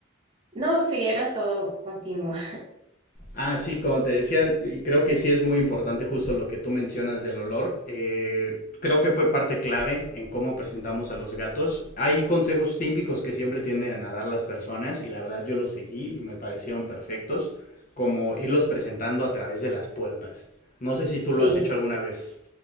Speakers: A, on the right; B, on the left.
A: no, sí, era todo, continúa,
B: Ah, sí, como te decía, y creo que sí es muy importante justo lo que tú mencionas del olor. Eh, creo que fue parte clave en cómo presentamos a los gatos. Hay consejos típicos que siempre tienden a dar las personas y la verdad yo los seguí y me parecieron perfectos, como irlos presentando a través de las puertas. No sé
A: <laughs>
B: si tú
A: sí.
B: lo has hecho alguna vez.